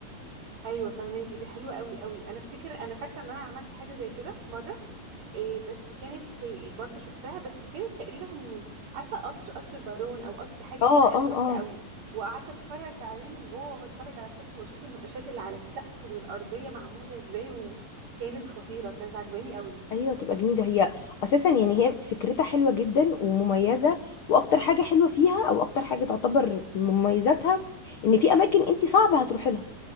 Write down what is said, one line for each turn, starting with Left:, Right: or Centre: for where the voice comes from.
Right: ايوه فهماكي دي حلوه قوي قوي انا افتكر انا فاكره ان انا عملت حاجه زي كده مره إيه بس كانت إيه برضو شفتها بس كانت تقريبا عارفه قصر قصر البارون او قصر حاجه
Left: اه
Right: كده انا
Left: اه
Right: فاكره
Left: اه
Right: قوي وقعدت اتفرج عليه من جوه واتفرج على شكله واشوف النقاشات اللي على السقف والارضيه معموله ازاي وكانت خطيره كانت عجباني قوي
Left: ايوه تبقى جميله هي اساسا يعني هي فكرتها حلوه جدا ومميزه واكتر حاجه حلوه فيها او اكتر حاجه تعتبر من مميزاتها ان في اماكن انت صعب هتروحي لها